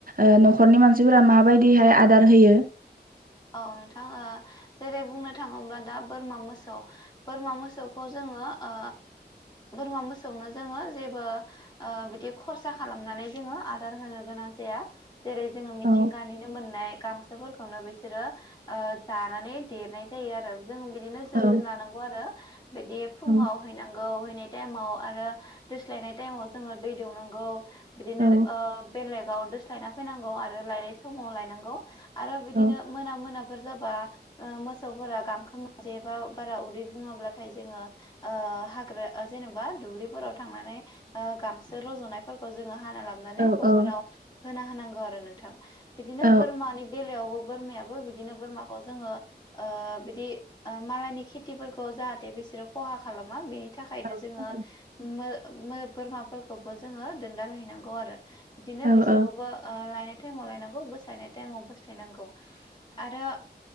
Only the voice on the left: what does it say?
औ नोंथां ओ जेरै बुंनो थाङोब्ला दा बोरमा मोसौ । बोरमा मोसौखौ जोङो ओ बोरमा मोसौनो जोङो जेबो ओ बिदि खरसा खालामनानै जोङो आदार होनो गोनां जाया जेरै जोङो मिथिंगानिनो
मोननाय गांसोफोरखौनो बैसो । सोरो ओ जानानै देरनाय जायो आरो। जों बिदिनो जोथोन
लानांगौ आरो बिदि फुङाव
हैनांगौ हैनाय टाइमाव आरो दोस्लायनाय टाइमाव जोङो दै दौनांगौ। बिदिनो
ओ बेलेगाव दोस स्लायना फैनांगौ आरो लायनाय समाव लायनांगौ। आरो बिदिनो
मोना मोनाफोर जाबा ओ मोसौफोरा गांखो मोनजायाबा बारा उदै बुङाब्लाथाय जोङो ओ हाग्रा जेनेबा दुब्लिफोराव थांनानै ओ गांसो रजनायफोरखौ जोङो हाना लाबोनानै
हरफोराव
होना होनांगौ आरो नों थां बिदिनो
बोरमानि बेलायावबो बोरमायाबो बिदिनो बोरमाखौ जोङो ओ बिदि मालायनि खेथिफोरखौ जाहाथे बिसोरो खहा खालामा बिनि थाखायनो
जोङो
मो मो बोरमाफोरखौबो जोङो दोनदाल हैैनांगौ आरो। बिदिनो
बिसोरखौबो
ओ लायनो टाइमाव लायनांगौ बोस्लायनाय टाइमाव बोस्लायनांगौ। आरो